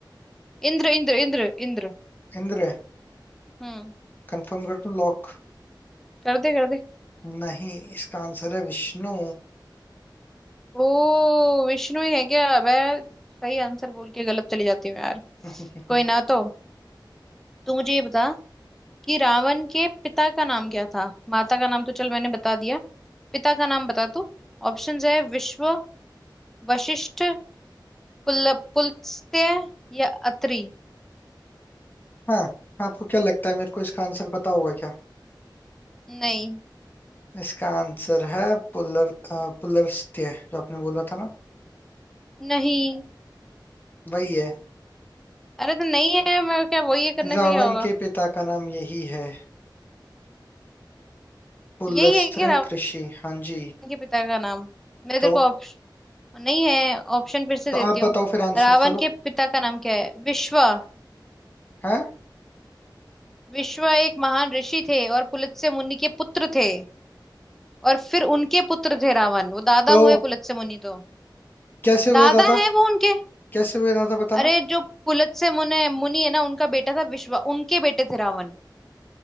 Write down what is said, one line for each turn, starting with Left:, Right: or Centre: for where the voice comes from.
Centre: इंद्र इंद्र इंद्र इंद्र
Left: इंद्र है
Centre: हम्म
Left: कंफर्म कर दूं लॉक
Centre: कर दे कर दे
Left: नहीं इसका आंसर है विष्णु
Centre: ओ विष्णु ही है क्या मैं सही आंसर बोल के गलत चली जाती हूँ यार
Left: <laughs>
Centre: कोई ना तो तू मुझे ये बता कि रावण के पिता का नाम क्या था माता का नाम तो चल मैंने बता दिया पिता का नाम बता तू ऑप्शंस है विश्व वशिष्ठ पुल पुलस्त्य या अत्रि
Left: हाँ आपको क्या लगता है मेरे को इसका आंसर पता होगा क्या
Centre: नहीं
Left: इसका आंसर है पुलर अ, पुलस्त्य जो आपने बोला था ना
Centre: नहीं
Left: वही है
Centre: अरे तो नहीं है मैं क्या वही है करने
Left: रावण
Centre: से क्या होगा
Left: के पिता का नाम यही है पुलस्त्य
Centre: यही है क्या रावण
Left: ऋषि हाँ जी
Centre: के पिता का नाम मैं
Left: तो
Centre: तेरे को ऑप्शन नहीं है ऑप्शन फिर से
Left: तो
Centre: देती
Left: आप
Centre: हूँ
Left: बताओ फिर आंसर
Centre: रावण
Left: चलो
Centre: के पिता का नाम क्या है विश्वा
Left: हैं
Centre: विश्व एक महान ऋषि थे और पुलत्स्य मुनि के पुत्र थे और फिर उनके पुत्र थे रावण वो दादा
Left: तो
Centre: हुए पुलत्स्य मुनि तो
Left: कैसे हुए
Centre: दादा
Left: दादा
Centre: है वो उनके
Left: कैसे हुए दादा बताना
Centre: अरे जो पुलत्स्य मुनि मुनि है ना उनका बेटा था विश्व उनके बेटे थे रावण